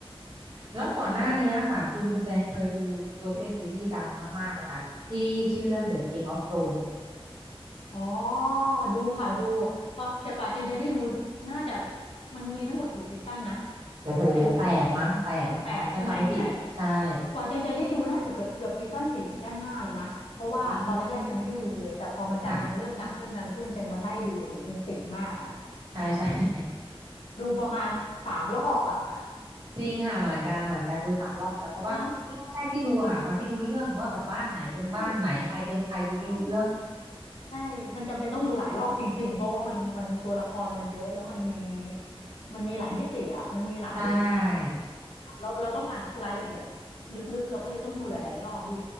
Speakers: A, on the right; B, on the left.
A: แล้วก่อนหน้านี้ค่ะคุณคุณแจงเคยดูตัวที่เป็นซีรีส์ดังมากๆไหมคะที่ชื่อเรื่อง
B: แต่
A: The Game of Thrones
B: อ๋อดูค่ะดูตอนแต่กว่าเจงจะได้ดูน่าจะมันมีทั้งหมดกี่ซีซั่นนะ
A: โอ้โหแปดมั้งแปดมั้งคะถ้าจำไม่ผิดใช่
B: เจงแปดใช่ไหมแปดกว่าเจงจะได้ดูน่าจะเกือบเกือบซีซั่นสี่ซีซั่นห้าแล้วนะเพราะว่าตอนแรกๆจะไม่ได้ดูเลยแต่พอมันดังเริ่มดังขึ้นดังขึ้นเจงมันไล่ดูโอ้โหเจงติดมากอ่ะ
A: อืมค่ะใช่ใช่ <laughs>
B: ดูประมาณสามรอบอ่ะ <laughs>
A: จริงค่ะเหมือนกันเหมือนกันดูสามรอบเหมือนกันเพราะว่ารอบแรกที่ดูค่ะมันไม่รู้เรื่องว่าแบบบ้านไหนเป็นบ้านไหนใครเป็นใครดูไม่รู้เรื่อง
B: เนาะใช่ใช่ใช่มันจำเป็นต้องดูหลายรอบจริงๆเพราะว่ามันมันตัวละครมันเยอะแล้วมันมีมันมีหลายมิติอ่ะมันมีหลาย
A: ใช่
B: เราเราต้องการรายละเอียดลึกๆเราก็เลยต้องดูหลายๆรอบดู